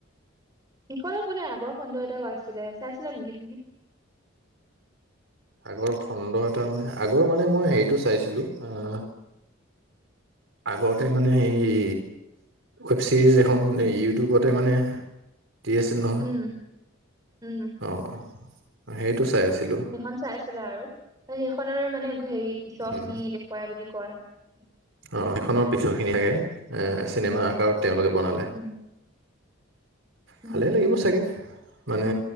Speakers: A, on the right; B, on the right.
A: এইখনৰ বোলে আগৰ খণ্ড এটাও আছিলে চাইছিলা নেকি তুমি?
B: আগৰ খণ্ড এটা মানে, আগৰ মানে মই হেৰিটো চাইছিলো আহ আগতে মানে সেই এই ৱেব ছিৰিজ এখন ইউটিউবতে মানে দি আছিল নহয়
A: উম উম
B: অ', সেইটো চাই আছিলোঁ
A: সেইখন চাইছিলে আৰু সেইখনৰে মানে। হেৰি পিছৰ
B: উম,
A: খিনি দেখুৱাই বুলি কয় নহয়।
B: অ' এইখনৰ পিছৰ খিনি লাগে এ চিনেমা কাৰত তেওঁলোকে বনালে।
A: উম উম
B: ভালে লাগিব চাগে। মানে